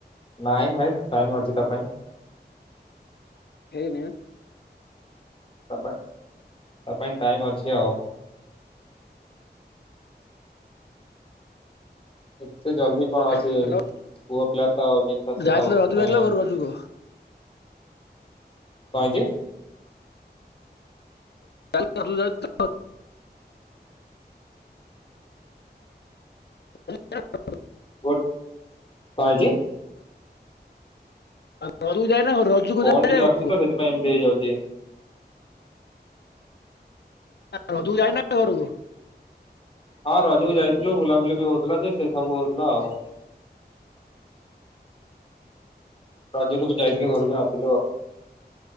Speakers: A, on the left (about 30°); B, on the left (about 75°).
A: ନାଇଁ ଭାଇ ଟାଇମ ଅଛି ତା ପାଇଁ
B: ହେଇନି
A: ତା ପାଇଁ ତା ପାଇଁ ଟାଇମ ଅଛି ଆଉ ଏତେ ଜଲଦି କଣ ଅଛି
B: ହ୍ୟାଲୋ
A: ଯ ପୁଅପିଲତା ହ ଯେନ୍ତା ସେ
B: ଯାଇଥିଲ
A: ତମେ
B: ରଜକୁ
A: କଣ
B: ଯାଇଥିଲ ଘରୁ ରଜକୁ
A: ହେଇଛି
B: ଚା <unintelligible> ହ <unintelligible>
A: କୋ କଣ ହେଇଛି
B: ରଜକୁ ଯାଇନା ରଜକୁ
A: ଫୋନ
B: ଯାଏ
A: ଟିକେ ଆସୁଛି
B: ଘରକୁ
A: ତ ସେଥିପାଇଁ ଏମିତି ହେଇଯାଉଛି
B: ତରଜକୁ ଯାଇନା ଘରକୁୁ
A: ହଁ ରଜକୁ ଯାଇଥିଲୁ ବୁଲାବୁଲି ବି ହଉଥିଲା ଯେ ସେ ସବୁ ହଉଥିଲା ଆଉ ରଜକୁ ବି ଯାଇଥିଲୁ ଘରକୁ ଆସିଲୁ ଆଉ